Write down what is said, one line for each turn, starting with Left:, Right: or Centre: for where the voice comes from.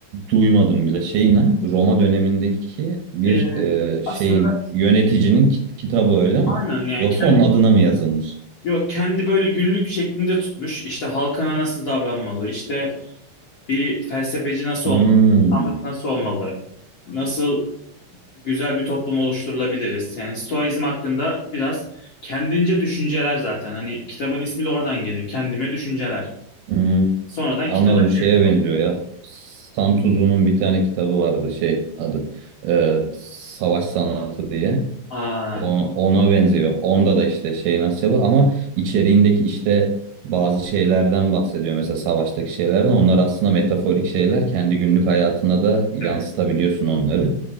Right: duymadım bile şeyin ha Roma dönemindeki bir
Left: Ee,
Right: eee,
Left: aslında
Right: şeyin yöneticinin kit- kitabı öyle
Left: aynen
Right: mi?
Left: yani
Right: Yoksa
Left: kendi
Right: onun adına mı yazılmış?
Left: yok kendi böyle günlük şeklinde tutmuş. İşte halkına nasıl davranmalı, işte Bir felsefeci nasıl
Right: Hmm,
Left: olmalı? İnsanlık nasıl olmalı? Nasıl güzel bir toplum oluşturulabiliriz? Yani Stoizm hakkında biraz kendince düşünceler zaten. Hani kitabın ismi de oradan geliyor. Kendime düşünceler.
Right: hmm.
Left: Sonradan
Right: Anladım.
Left: kitaba
Right: Bu şeye
Left: çevrim.
Right: benziyor ya. Santuzu'nun bir tane kitabı vardı şey adı. e, Savaş Sanatı diye.
Left: Aa,
Right: O- Ona benziyor. Onda da işte şey nasıl yapıyor ama içeriğindeki işte bazı şeylerden bahsediyor. Mesela savaştaki şeylerden. Onlar aslında metaforik şeyler. Kendi günlük hayatına da yansıtabiliyorsun
Left: evet.
Right: onları.